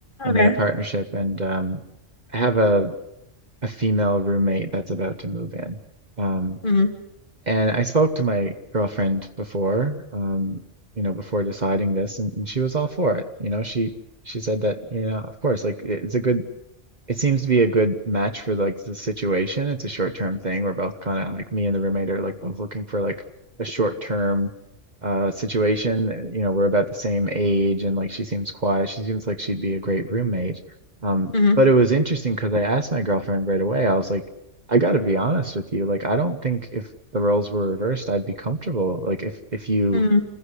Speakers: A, on the right (about 40°); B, on the left (about 45°).
A: I'm
B: Okay.
A: in a partnership and um, I have a, a female roommate that's about to move in. Um,
B: Mm-hmm.
A: and I spoke to my girlfriend before, um, you know, before deciding this, and, and she was all for it. You know, she she said that, you know, of course, like it's a good it seems to be a good match for like the situation. It's a short term thing. We're both kind of like me and the roommate are like both looking for like a short term uh situation. Uh, You know, we're about the same age and like she seems quiet. She seems like she'd be a great roommate. Um,
B: Mm-hmm.
A: but it was interesting because I asked my girlfriend right away. I was like, I gotta be honest with you. Like, I don't think if the roles were reversed, I'd be comfortable. Like, if if you
B: mm-hmm.